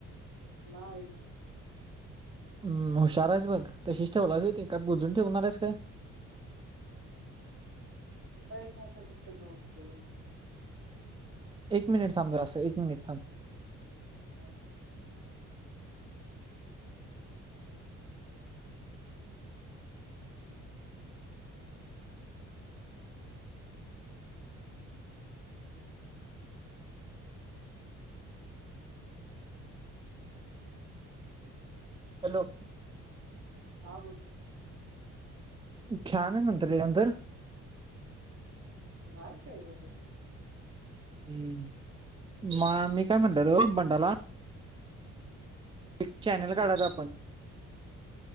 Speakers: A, on the right; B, on the right.
A: नाही
B: हम्म हुशार आहेस बघ तशीच ठेवलास व्हय ते काय पूजून ठेवणारस काय
A: आता कुठं जाऊन खेळू
B: एक मिनिट थांब जरासं असं एक मिनिट थांब
A: हा
B: हॅलो
A: हा बोलते
B: छान आहे नंतर त्याच्या नंतर
A: नाही खेळलेलो
B: हम्म म मी काय म्हणलेलो मंडाला एक चॅनल
A: हा
B: काढयच आपण